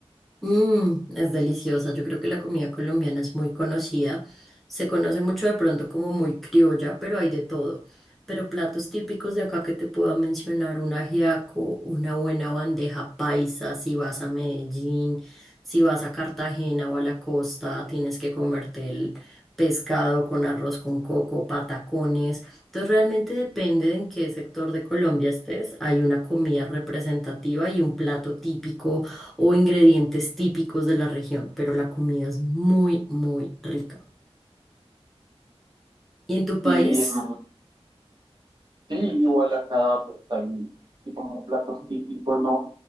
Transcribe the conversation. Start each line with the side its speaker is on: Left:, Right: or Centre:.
Centre: Mm, es deliciosa. Yo creo que la comida colombiana es muy conocida. Se conoce mucho de pronto como muy criolla, pero hay de todo. Pero platos típicos de acá que te puedo mencionar, un ajiaco, una buena bandeja paisa, si vas a Medellín, si vas a Cartagena o a la costa, tienes que comerte el pescado con arroz con coco, patacones. Entonces realmente depende de en qué sector de Colombia estés. Hay una comida representativa y un plato típico o ingredientes típicos de la región, pero la comida es muy, muy rica. ¿Y en tu país?
Right: Y mm, sí, igual acá pues, hay así como platos típicos, ¿no?